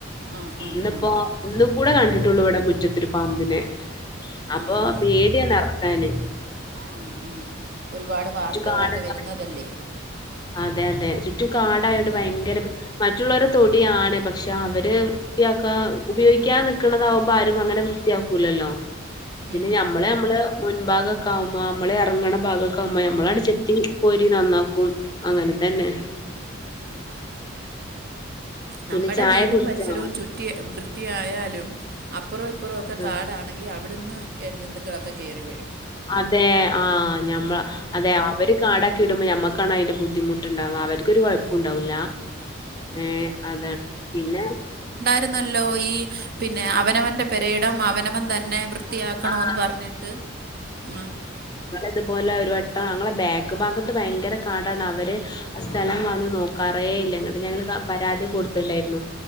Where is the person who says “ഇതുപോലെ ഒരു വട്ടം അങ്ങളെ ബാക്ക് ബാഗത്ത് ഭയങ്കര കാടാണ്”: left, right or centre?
Left